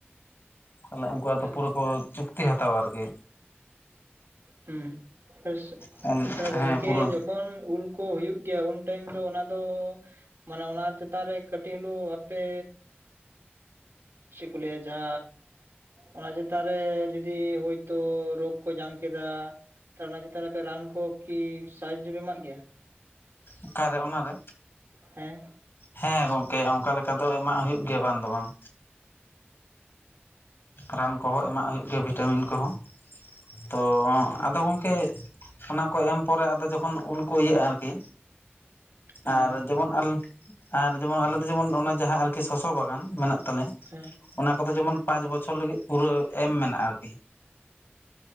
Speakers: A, on the left (about 65°); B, on the right (about 80°).
A: ᱛᱟᱦᱚᱞᱮ ᱩᱱᱠᱩᱣᱟᱜ ᱫᱚ
B: ᱟᱪᱪᱷᱟ
A: ᱯᱩᱨᱟᱹ ᱠᱚ ᱪᱩᱠᱛᱤ ᱦᱟᱛᱟᱣᱟ ᱟᱨᱠᱤ᱾
B: ᱦᱩᱸ <unintelligible>
A: ᱦᱮᱸ
B: ᱜᱚᱝᱠᱮ
A: ᱯᱩᱨᱟᱹ
B: ᱼᱼ ᱡᱚᱠᱷᱚᱱ ᱩᱞ ᱠᱚ ᱦᱩᱭᱩᱜ ᱜᱮᱭᱟ ᱩᱱ ᱴᱟᱭᱤᱢ ᱫᱚ ᱚᱱᱟ ᱫᱚ ᱢᱟᱱᱮ ᱚᱱᱟ ᱪᱮᱛᱟᱱ ᱨᱮ ᱠᱟᱹᱴᱤᱡ ᱦᱤᱞᱳᱜ ᱟᱯᱮ ᱪᱮᱫ ᱠᱩ ᱞᱟᱸᱭᱟ ᱡᱟ ᱚᱱᱟ ᱪᱮᱛᱟᱱ ᱨᱮ ᱡᱩᱫᱤ ᱦᱚᱳᱭᱛᱳ ᱨᱳᱜ ᱠᱚ ᱧᱟᱢ ᱠᱮᱫᱟ ᱛᱚ ᱚᱱᱟ ᱪᱮᱛᱟᱱ ᱨᱮ ᱟᱯᱮ ᱨᱟᱱ ᱠᱚ ᱠᱤ ᱥᱟᱦᱟᱡᱡᱚ ᱯᱮ ᱮᱢᱟᱜ ᱜᱮᱭᱟ᱾
A: ᱚᱠᱟᱨᱮ ᱚᱱᱟᱨᱮ
B: ᱦᱮᱸ
A: ᱦᱮᱸ ᱜᱚᱝᱠᱮ ᱚᱱᱠᱟ ᱞᱮᱠᱟ ᱫᱚ ᱮᱢᱟᱜ ᱦᱩᱭᱩᱜ ᱜᱮᱭᱟ ᱵᱟᱝ ᱫᱚ ᱵᱟᱝ ᱨᱟᱱ ᱠᱚᱦᱚᱸ ᱮᱢᱟᱜ ᱦᱩᱭᱩᱜ ᱜᱮᱭᱟ᱾ ᱵᱷᱤᱴᱟᱢᱤᱱ ᱠᱚᱦᱚᱸ ᱛᱚ
B: ᱟᱪᱪᱷᱟ
A: ᱟᱫᱚ ᱜᱚᱝᱠᱮ ᱚᱱᱟ ᱠᱚ ᱮᱢ ᱯᱚᱨᱮ ᱟᱫᱚ ᱡᱚᱠᱷᱚᱱ ᱩᱞ ᱠᱚ ᱤᱭᱟᱹᱜᱼᱟ ᱟᱨᱠᱤ,
B: ᱦᱮᱸ
A: ᱟᱨ ᱡᱮᱢᱚᱱ ᱟᱨ ᱡᱮᱢᱚᱱ ᱟᱞᱮ ᱫᱚ ᱡᱮᱢᱚᱱ ᱚᱱᱟ ᱡᱟᱦᱟᱸ ᱟᱨᱠᱤ ᱥᱚᱥᱚ ᱵᱟᱜᱟᱱ ᱢᱮᱱᱟᱜ ᱛᱟᱞᱮᱭᱟ
B: ᱦᱮᱸ
A: ᱚᱱᱟ ᱠᱚᱫᱚ ᱡᱮᱢᱚᱱ ᱯᱟᱸᱪ ᱵᱚᱪᱷᱚᱨ ᱯᱩᱨᱟᱹ ᱮᱢ ᱢᱮᱱᱟᱜᱼᱟ ᱟᱨᱠᱤ